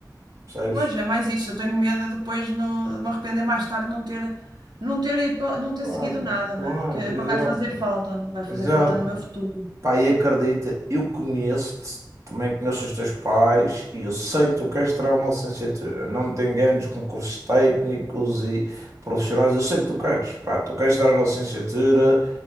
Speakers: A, on the right; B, on the right.
A: percebes?
B: Pois, é mais isso. Eu tenho medo de depois não, de me arrepender mais tarde não ter, não ter, ido pa- não ter
A: Claro,
B: seguido nada,
A: claro,
B: não é? Porque vai
A: exato,
B: fazer falta, vai fazer
A: exato.
B: falta no meu futuro.
A: Pá, e acredita, eu conheço-te, também conheço os teus pais e eu sei que tu queres tirar uma licenciatura. Não me te enganes com cursos técnicos e profissionais, eu sei que tu queres, pá, tu queres tirar a licenciatura,